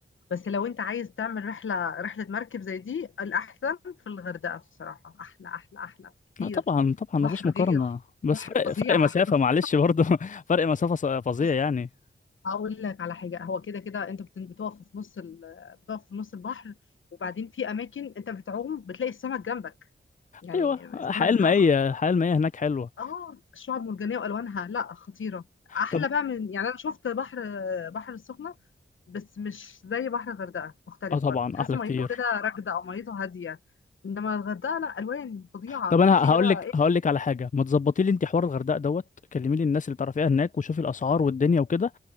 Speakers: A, on the left (about 80°); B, on the left (about 40°).
A: بس لو انت عايز تعمل رحله رحله مركب زي دي الاحسن في الغردقه بصراحه احلى احلى احلى كتير
B: لا طبعا طبعا
A: بحر
B: مفيش مقارنه
A: غير
B: بس
A: بحر
B: فرق
A: فظيع
B: فرق مسافه
A: <laughs>
B: معلش برضه <laughs> فرق مسافه ص- فظيع
A: بص
B: يعني
A: هقول لك على حاجه هو كده كده انت بت- بتقف في نص ال... بتقف في نص البحر وبعدين في اماكن انت بتعوم بتلاقي السمك جنبك يعني
B: ايوه
A: السمك
B: حياه المائيه
A: بيعوم
B: الحياه المائيه هناك حلوه
A: اه الشعاب المرجانيه والوانها لا خطيره احلى
B: طب
A: بقى من يعني انا شفت بحر بحر السخنه بس مش زي بحر الغردقة مختلف
B: اه طبعا
A: برضه تحس
B: احلى
A: ميته
B: كتير
A: كده راكدة أو ميته هادية إنما الغردقة لأ ألوان فظيعة
B: طب انا
A: تمشي كده
B: هقول لك
A: إيه
B: هقول لك على حاجه ما تظبطي لي انت حوار الغردقه دوت كلمي لي الناس اللي تعرفيها هناك وشوفي الاسعار والدنيا وكده